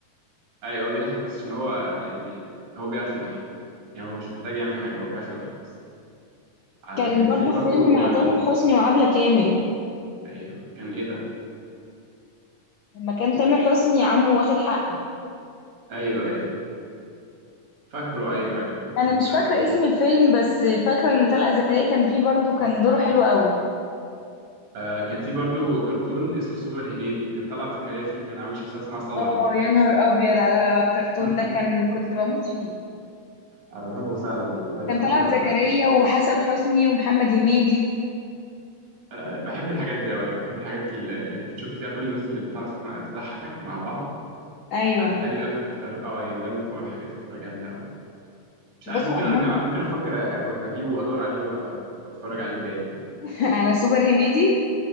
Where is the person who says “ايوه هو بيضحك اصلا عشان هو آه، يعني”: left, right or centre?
Right